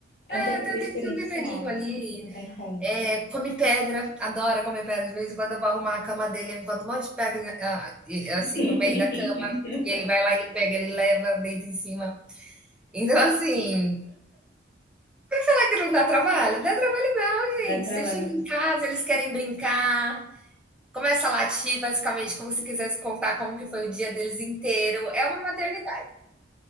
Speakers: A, on the left; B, in the centre.
A: É
B: É,
A: um tempero
B: tem
A: diferenciado,
B: tem que ter um temperinho ali.
A: não tem como.
B: É, come pedra, adora comer pedra. De vez em quando eu vou arrumar a cama dele, eu encontro um monte de pedra, ah, e assim,
A: <laughs>
B: no meio da cama, e ele vai lá, ele pega, ele leva, deita em cima. Então, assim, será que não dá trabalho? Dá trabalho igual,
A: Dá
B: gente.
A: trabalho.
B: Você chega em casa, eles querem brincar, começa a latir, basicamente, como se quisesse contar como que foi o dia deles inteiro. É uma maternidade.